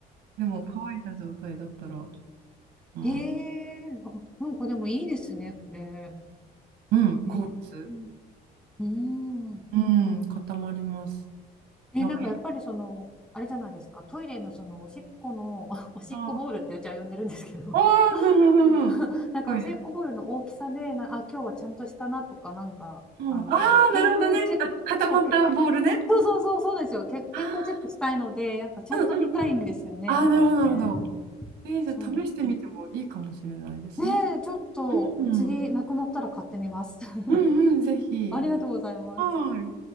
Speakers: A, on the right (about 80°); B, in the centre.
A: でも乾いた状態だったら、うん、
B: へえ。あ、うんこでもいいですね、これ。
A: うん、好物。
B: えー、うん。うん
A: うん、固まります。
B: え、
A: なんか、
B: なんかやっぱりその、
A: いろん
B: あれじゃないですか、トイレのそのおしっこの、<laughs> おしっこボールってうちは呼んでるんですけど、
A: なああ、ふんふんふんふん。
B: <laughs> なんかおしっこボールの大きさでなあ今日はちゃんとしたなとかなんかあの健康チェックそう結構
A: トイレ。もうああ、なるほどね。あ、固まったボールね。
B: そうそうそうそうなんですよけ健康チェックしたいのでなんかちゃんと見たいんですよねやっぱりね
A: あー、うんうんああ、なるほど、なるほど。えー、じゃあ試してみてもいいかもしれないですね。
B: そうねえちょっと次なくなったら買ってみます
A: うん。うんうん、ぜひ。
B: <laughs> ありがとうございます
A: はい。